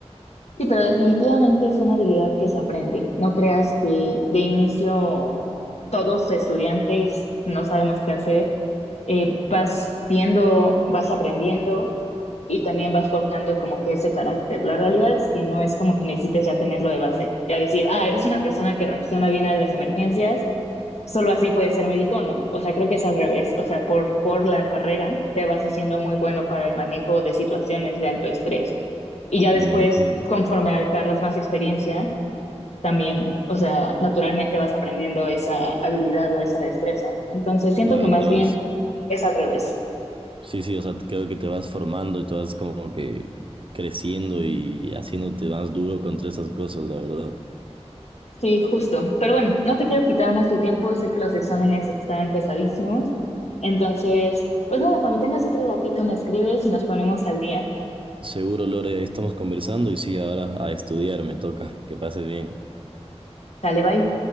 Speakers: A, on the left (about 70°); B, on the right (about 50°).
A: Sí, pero definitivamente es una habilidad que se aprende. No creas que de inicio todos estudiantes no sabemos qué hacer. Eh, vas viendo, vas aprendiendo y también vas forjando como que ese carácter. La realidad es que no es como que necesites ya tenerlo de base. Ya decir, ah, eres una persona que reacciona bien a las emergencias solo así puedes ser médico, no. O sea, creo que es al revés. O sea, por, por la carrera te vas haciendo muy bueno para el manejo de situaciones de alto estrés. Y ya después,
B: Me imagino,
A: conforme agarras más experiencia, también, o sea, naturalmente vas aprendiendo esa habilidad o esa destreza. Entonces, siento
B: claro,
A: que más
B: te vas,
A: bien es al revés.
B: sí, sí, o sea, creo que te vas formando y te vas como que creciendo y haciéndote más duro contra esas cosas, la verdad.
A: Sí, justo. Pero bueno, no te quiero quitar más tu tiempo. Sé que los exámenes están pesadísimos. Entonces, pues nada, cuando tengas otro ratito me escribes y nos ponemos al día.
B: Seguro, Lore, estamos conversando y sí, ahora a estudiar me toca. Que pases bien.
A: Sale, bye.